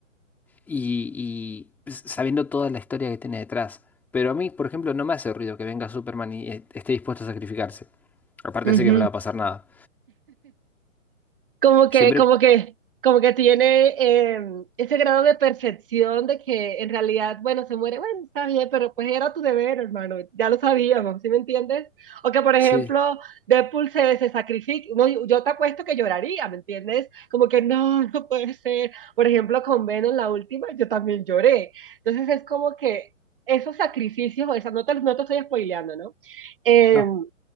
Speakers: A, in the centre; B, on the right.
A: y, y sabiendo toda la historia que tiene detrás. Pero a mí, por ejemplo, no me hace ruido que venga Superman y eh, esté dispuesto a sacrificarse. Aparte
B: ujú.
A: sé que no le va a pasar nada.
B: Como que,
A: Siempre...
B: como que, como que tiene eh, ese grado de perfección de que en realidad, bueno, se muere, bueno, está bien, pero pues era tu deber, hermano, ya lo sabíamos, ¿sí me entiendes? O que, por ejemplo,
A: Sí,
B: Deadpool se, se sacrifica, no, yo te apuesto que lloraría, ¿me entiendes? Como que no, no puede ser. Por ejemplo, con Venom, la última, yo también lloré. Entonces es como que esos sacrificios, o sea, no te, no te estoy spoileando, ¿no? Em,
A: no,